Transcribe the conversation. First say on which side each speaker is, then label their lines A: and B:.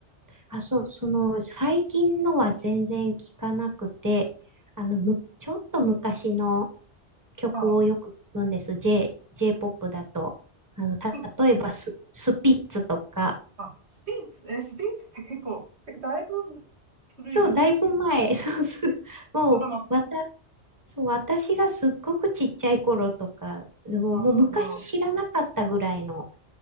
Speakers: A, on the right; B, on the right.
A: あ、そう、その、最近のは全然聞かなくて、あの、む、ちょっと昔の曲をよく聞くんです。
B: はい。
A: J、J-POP だと。あの、た、
B: スピ
A: 例えばス、スピッツとか。
B: あ、スピッツ、え、スピッツって結構、だいぶ古いですよね。
A: そう、だいぶ前。<laughs> そうす、もう、
B: 空も、
A: わた、そう、私がすっごくちっちゃい頃とか、もう、
B: なるほど。
A: もう昔知らなかったぐらいの、